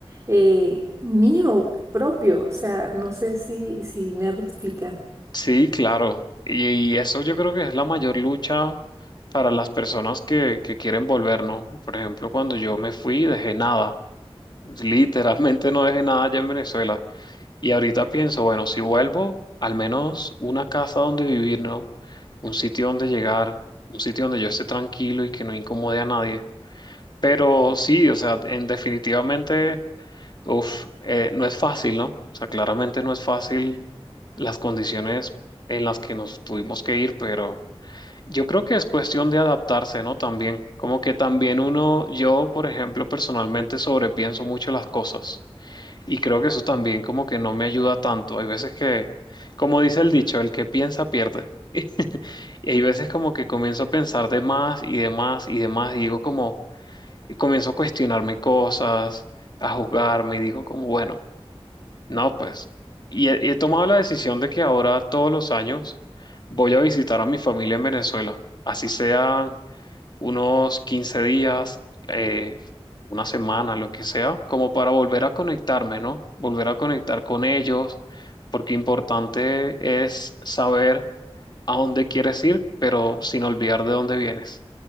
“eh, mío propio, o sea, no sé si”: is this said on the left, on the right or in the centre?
Right